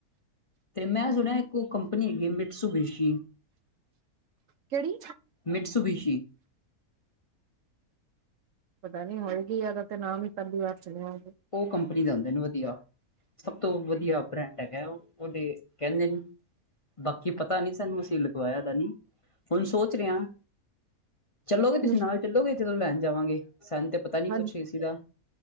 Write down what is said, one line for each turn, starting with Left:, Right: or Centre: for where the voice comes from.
Left: ਤੇ ਮੈਂ ਸੁਣਿਆ ਇੱਕ ਉਹ ਕੰਪਨੀ ਹੈਗੀ ਮਿਰਟਸੂਸ਼ਬੇਸ਼ੀ,
Right: ਕਿਹੜੀ
Left: ਮਿੱਠ ਸੁ ਬੀਸ਼ੀ
Right: ਪਤਾ ਨੀ ਹੋਏਗੀ ਅਹਿਦਾ ਤੇ ਨਾਮ ਵੀ ਪਹਿਲੀ ਵਾਰ ਸੁਣਿਆ,
Left: ਉਹ ਕੰਪਨੀ ਦੇ ਹੁੰਦੇ ਨੇ ਵੱਧੀਆ, ਸਭ ਤੋਂ ਵਧੀਆ ਬ੍ਰੈਂਡ ਹੈਗਾ ਉਹਦੇ ਕਹਿੰਦੇ ਨੇ, ਬਾਕੀ ਪਤਾ ਨੀ ਸਾਨੂੰ ਅਸੀਂ ਲਗਵਾਇਆ ਦਾ ਨੀ, ਹੁਣ ਸੋਚ ਰਿਹਾ, ਚੱਲੋਗੇ
Right: ਹਾਂ
Left: ਤੁਸੀਂ ਨਾਲ ਚੱਲੋਗੇ, ਜਦੋਂ ਲੈਣ ਜਾਵਾਂਗੇ ਸਾੰਨੂ ਤੇ ਪਤਾ, ਨੀ
Right: ਹਾਂ
Left: ਕੁਛ ਏਸੀ ਦਾ